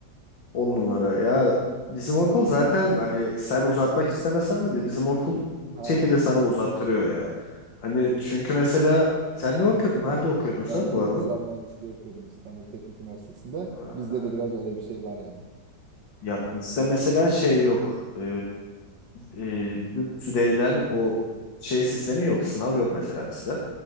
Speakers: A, on the left; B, on the right.
A: 10 numara. Ya bizim okul zaten hani sen uzatmak istemesen bile bizim okul bir
B: Ha,
A: şekilde sana uzattırıyor ya. Hani çünkü mesela sen ne okuyordun? Nerede okuyordun
B: ben
A: sen bu
B: bilgisayar mühendisliği okuyordum İstanbul Teknik Üniversitesi'nde.
A: arada?
B: Bizde de biraz öyle bir şey var yani.
A: Ya bizde mesela şey yok. Ee, e, bütçü denilen o şey sistemi yok. Sınav yok mesela bizde.